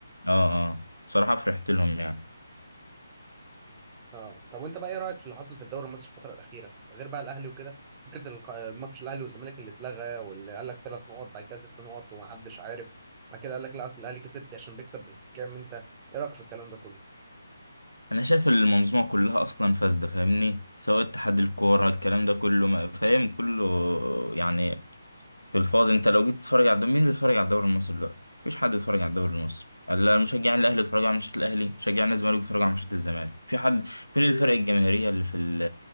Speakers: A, on the left (about 80°); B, on the right (about 20°).
A: اه اه صراحه فرحت لهم يعني
B: اه طب وانت بقى ايه رايك في اللي حصل في الدوري المصري الفتره الاخيره غير بقى الاهلي وكده فكره الخ- الماتش الاهلي والزمالك اللي اتلغى واللي قال لك ثلاث نقط بعد كده ست نقط ومحدش عارف بعد كده قال لك لا اصل الاهلي كسب عشان بيكسب بالحكام انت ايه رايك في الكلام ده كله
A: انا شايف المنظومه كلها اصلا فاسده فاهمني سواء اتحاد الكوره الكلام ده كله ما- فاهم كله يعني في الفاضي انت لو جيت تتفرج على الدوري مين بيتفرج على الدوري المصري دلوقتي مفيش حد بيتفرج على الدوري المصري لا مشجعين الاهلي بيتفرجوا على ماتشات الاهلي مشجعين الزمالك بيتفرجوا على ماتشات الزمالك في حد فين الفرق الجماهيريه اللي في ال-